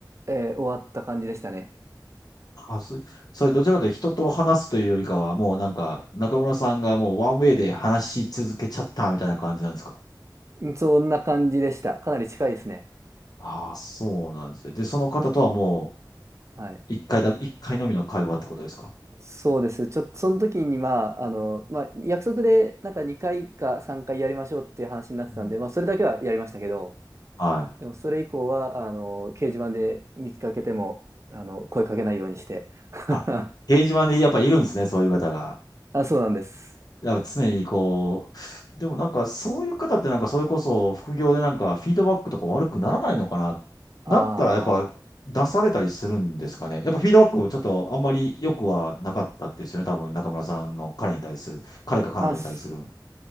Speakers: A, on the right; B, on the left.
A: えー終わった感じでしたね。
B: あ、そ、それ、どちらかというと人と話すというよりかは、もうなんか、中村さんがもうワンウェイで話し続けちゃったみたいな感じなんですか
A: そんな感じでした。かなり近いですね。
B: ああ、そうなんですね。で、その方とはも
A: はい。
B: う、一回だ、一回のみの会話ってことですか
A: そうです。ちょっと、その時に、まあ、あの、まあ、約束で、なんか2回か3回やりましょうっていう話になってたんで、
B: うん。
A: まあ、それだけはやりましたけど、
B: はい。
A: でも、それ以降は、あの、掲示板で見つかけても、あの、声かけないようにして。<laughs>
B: あ、掲示板にやっぱいるんですね、そういう方が。
A: あ、そうなんです。
B: やっぱ常にこう、でもなんかそういう方ってなんかそれこそ副業でなんかフィードバックとか悪くならないのかななったらやっぱ出されたりするんですかね。
A: あ
B: やっぱフィードバックちょっとあんまり良くはなかったですよね。多分中村さんの彼に対する、彼か彼女に対する。
A: あ、あ、す